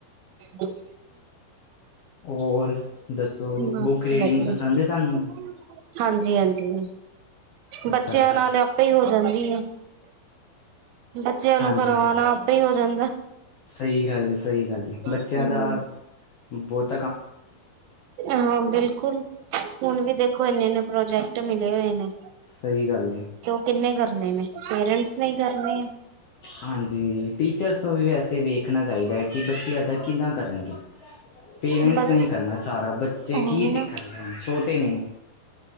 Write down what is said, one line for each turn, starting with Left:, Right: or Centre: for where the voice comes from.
Right: <inaudible>
Left: ਹੋਰ ਦੱਸੋ
Right: ਬਸ
Left: ਬੁੱਕ ਰੀਡਿੰਗ
Right: ਵਧੀਆ,
Left: ਪਸੰਦ ਹੈ ਤੁਹਾਨੂੰ
Right: ਹਾਂਜੀ-ਹਾਂਜੀ।
Left: ਅੱਛਾ
Right: ਬੱਚਿਆਂ
Left: ਅੱਛਾ
Right: ਨਾਲ ਆਪੇ ਹੀ ਹੋ ਜਾਂਦੀ ਆ। ਬੱਚਿਆਂ ਨੂੰ
Left: ਹਾਂਜੀ
Right: ਕਰਵਾਉਣਾ
Left: ਹਾਂਜੀ
Right: ਆਪੇ ਹੀ ਹੋ ਜਾਂਦਾ।
Left: ਸਹੀ ਗੱਲ ਏ ਸਹੀ ਗੱਲ ਏ ਬੱਚਿਆਂ
Right: ਹੂੰ।
Left: ਦਾ, ਬਹੁਤ
Right: ਹਾਂ ਬਿਲਕੁਲ, ਹੁਣ ਵੀ ਦੇਖੋ ਇੰਨੇ-ਇੰਨੇ ਪ੍ਰੋਜੈਕਟ <unintelligible> ਮਿਲੇ ਹੋਏ ਨੇ,
Left: ਸਹੀ ਗੱਲ ਹੈ
Right: ਤੇ ਉਹ ਕਿੰਨੇ ਕਰਨੇ ਨੇ ਪੇਰੈਂਟਸ ਨੇ ਕਰਨੇ ਆ।
Left: ਹਾਂਜੀ ਟੀਚਰਸ ਨੂੰ ਵੀ ਵੈਸੇ ਵੇਖਣਾ ਚਾਹੀਦਾ ਹੈ ਕਿ ਬੱਚੇ ਇੱਦਾਂ ਕਿੱਦਾਂ ਕਰਨਗੇ। ਪੇਰੈਂਟਸ
Right: ਬ
Left: ਨੇ ਹੀ ਕਰਨਾ ਸਾਰਾ ਬੱਚੇ
Right: ਉਹੀ
Left: ਕੀ ਸਿੱਖਣਗੇ
Right: ਨਾ
Left: ਛੋਟੇ ਨੇ।